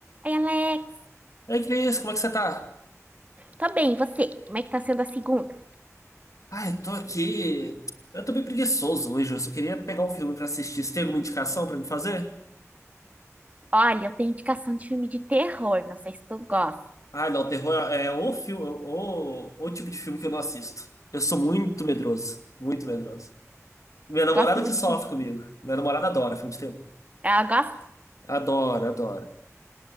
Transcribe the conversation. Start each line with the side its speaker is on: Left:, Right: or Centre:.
Right: Oi, Alex.
Left: Ei, Cris, como é que você tá?
Right: Tô bem, e você? Como é que tá sendo a segunda?
Left: Ai, tô aqui. Eu tô bem preguiçoso hoje. Eu só queria pegar um filme pra assistir. Você tem alguma indicação pra me fazer?
Right: Olha, eu tenho indicação de filme de terror, não sei se tu gosta.
Left: Ai, não, terror é o filme, o, o tipo de filme que eu não assisto. Eu sou muito medroso, muito medroso. Minha namorada
Right: Eu gosto muito
Left: que sofre
Right: de filme de...
Left: comigo. Minha namorada adora filme de terror.
Right: Ah, gosto,
Left: Adora, adora.